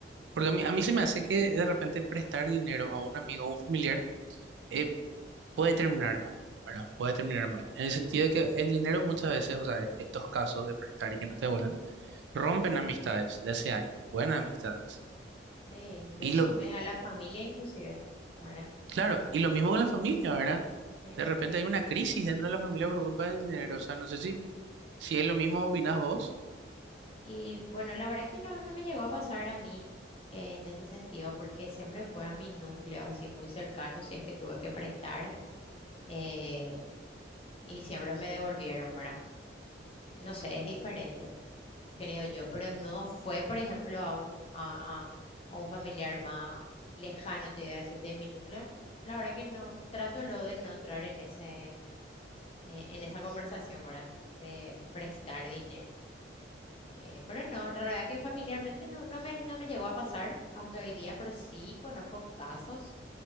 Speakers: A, on the right; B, on the left.
A: Porque a mí, a mí se me hace que de repente prestar dinero a un amigo o un familiar. eh, puede terminar mal, ¿verdad? Puede terminar mal. En el sentido de que el dinero muchas veces, o sea, estos casos de prestar y que no te vuelan, rompen amistades de hace años, buenas amistades.
B: Sí, desune
A: Y lo,
B: a la familia inclusive, ¿verdad?
A: claro, y lo mismo con la familia, ¿verdad?
B: Sí.
A: De repente hay una crisis dentro de la familia por culpa del dinero. O sea, no sé si, si es lo mismo opinás vos.
B: Y bueno, la verdad que no, no me llegó a pasar a mí eh, en ese sentido, porque siempre fue a mi núcleo, así muy cercano, si es que tuve que prestar, eh, y siempre me devolvieron, ¿verdad? No sé, es diferente, creo yo, pero
A: Ujú,
B: no fue, por ejemplo, a un, a, a- a un familiar más lejano, te voy a decir, de mi núcleo. La verdad que no, trato lo de no entrar en ese, eh, en esa conversación, ¿verdad? De prestar dinero. Eh, pero no, la verdad que familiarmente no, no me, no me llegó a pasar hasta hoy día, pero sí conozco casos